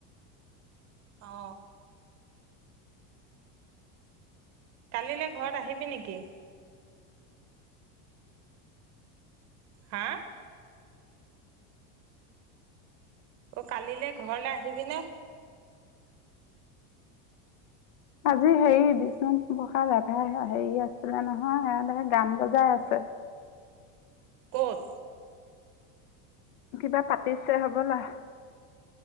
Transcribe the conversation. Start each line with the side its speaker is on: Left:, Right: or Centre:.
Right: অ কালিলৈ ঘৰত আহিবি নেকি হা অ কালিলৈ ঘৰলে আহিবিনে
Left: আজি হেৰি বিষ্ণু প্ৰসাদ ৰাভাই হেৰি আছিলে নহয় এ গান বজাই আছে <unintelligible>
Right: ক'ত
Left: কিবা পাতিছে হবলা